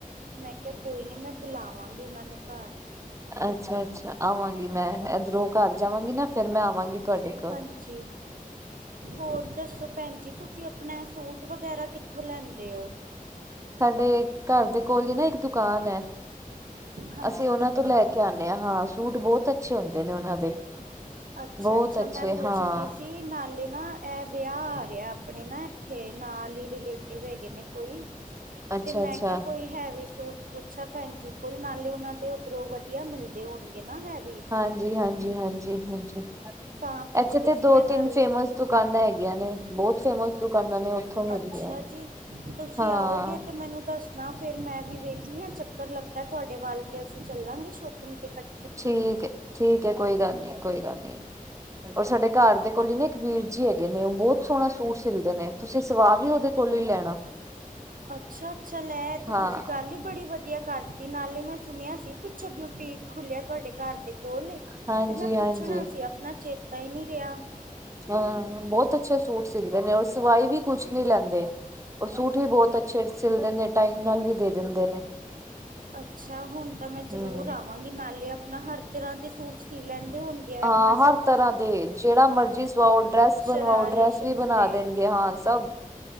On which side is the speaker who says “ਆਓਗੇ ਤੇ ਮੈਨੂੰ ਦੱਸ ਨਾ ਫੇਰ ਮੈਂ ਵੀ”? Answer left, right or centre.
Right